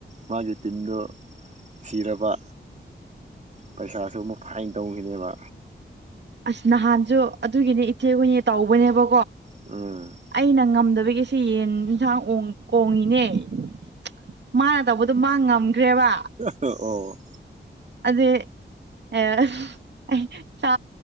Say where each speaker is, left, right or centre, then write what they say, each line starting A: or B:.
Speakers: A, on the right; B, on the right.
A: ꯃꯥꯒꯤ ꯇꯤꯃꯗꯣ ꯁꯤꯔꯕꯥ ꯄꯩꯁꯥꯁꯨ ꯑꯃꯨꯛ ꯐꯥꯏꯟ ꯇꯧꯒꯅꯦꯕ
B: ꯑꯁ ꯅꯍꯥꯟꯁꯨ ꯑꯗꯨꯒꯤꯅꯦ ꯏꯆꯦ ꯍꯈꯣꯏꯅꯦ ꯇꯧꯕꯅꯦꯕꯣ
A: ꯎꯝ
B: ꯑꯩꯅ ꯉꯝꯗꯕꯒꯤꯁꯤ ꯌꯦꯟ ꯑꯦꯟꯁꯥꯡ ꯑꯣꯡ ꯀꯣꯡꯉꯤꯅꯦ <unintelligible> ꯃꯥꯅ ꯇꯧꯕꯗꯣ ꯃꯥ ꯉꯝꯒꯔꯦꯕ
A: ꯑꯣ ꯑꯣ
B: ꯑꯗꯨꯏ ꯑꯩ ꯁꯥ